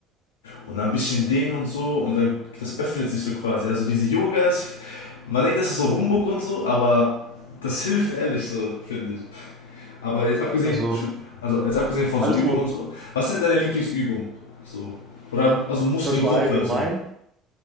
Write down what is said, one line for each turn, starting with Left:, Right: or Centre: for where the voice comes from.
Left: und dann ein bisschen dehnen und so und dann das öffnet sich so quasi. Also diese Yoga ist, man denkt, das ist so Humbug und so, aber das hilft ehrlich so, finde ich. Aber jetzt abgesehen,
Right: Also,
Left: also jetzt abgesehen von
Right: alles
Left: so Übungen
Right: nur
Left: und so, was sind deine Lieblingsübungen? So. Oder also Muskelgruppe
Right: also allgemein.
Left: so.